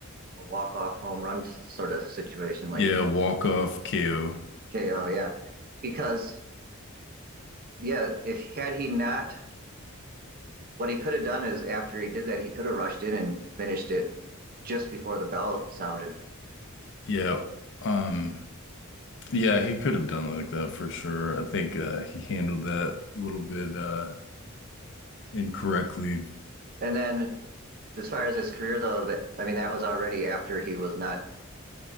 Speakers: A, on the right; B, on the left.
A: a walk off home run sort of situation, like
B: Yeah,
A: he
B: walk off KO.
A: KO, yeah. Because, yeah, if had he not, what he could have done is after he did that, he could have rushed in and finished it just before the bell sounded.
B: Yeah, um, yeah, he could have done it like that for sure. I think uh, he handled that a little bit uh, incorrectly.
A: And then, as far as his career, though, that I mean, that was already after he was not